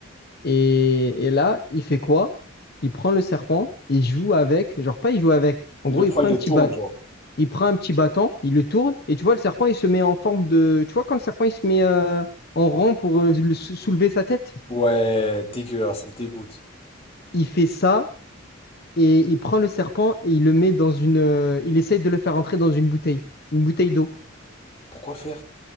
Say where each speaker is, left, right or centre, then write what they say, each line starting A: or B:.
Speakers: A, on the left; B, on the left.
A: Et, et là, il fait quoi? Il prend le serpent, il joue avec, genre pas il joue avec. En
B: Il
A: gros,
B: le prend,
A: il prend
B: il
A: un
B: le
A: petit
B: tourne,
A: bâton,
B: genre.
A: il prend un petit bâton, il le tourne, et tu vois, le serpent, il se met en forme de, tu vois, quand le serpent, il se met euh, en rang pour euh, le sou- soulever sa tête,
B: Ouais, dégueulasse, ça me dégoûte.
A: il fait ça et il prend le serpent et il le met dans une. euh, il essaye de le faire entrer dans une bouteille, une bouteille d'eau.
B: Pourquoi faire?